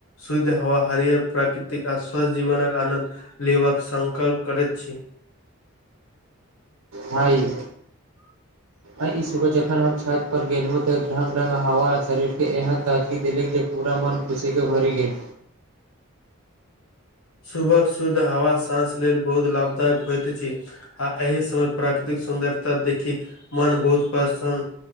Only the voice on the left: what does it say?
शुद्ध हवा हरिहर प्राकृतिक आ स्वस्थ्य जीवन आनन्द लेबाक संकल्प करैत छी
<inaudible>
सुभक शुद्ध हवा साँस लेल बहुत लाभदायक होइत अछि आ एहि समय प्राकृतिक सुन्दरता देखिक मन बहुत प्रसन्न